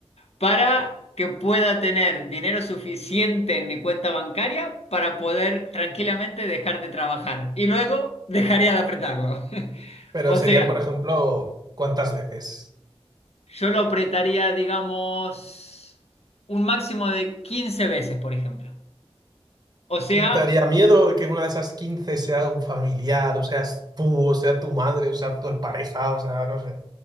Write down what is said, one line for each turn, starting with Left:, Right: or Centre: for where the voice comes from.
Left: para que pueda tener dinero suficiente en mi cuenta bancaria para poder tranquilamente dejar de trabajar. Y luego dejaría de apretarlo. <laughs>
Right: Pero
Left: O
Right: serían,
Left: sea,
Right: por ejemplo, ¿cuántas veces?
Left: yo lo apretaría, digamos, un máximo de 15 veces, por ejemplo. O sea,
Right: y te daría miedo que una de esas 15 sea un familiar, o seas tú, o sea tu madre, o sea tu pareja, o sea, no sé.